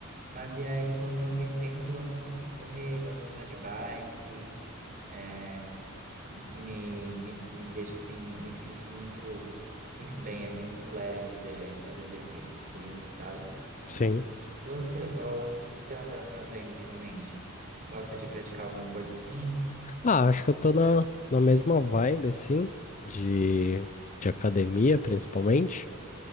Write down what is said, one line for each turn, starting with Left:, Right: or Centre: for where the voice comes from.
Right: Mas e aí, quando eu tenho tempo, eu gosto muito de correr, gosto de andar de bike. É, Isso me, me, me deixa assim, me, me sinto muito, muito bem, assim, muito leve fazer, fazer exercício físico, sabe?
Left: sim.
Right: E você, qual, o que que você anda fazendo ultimamente? Gosta de praticar alguma coisa assim?
Left: Ah, acho que eu tô na, na mesma vibe, assim, de, de academia, principalmente.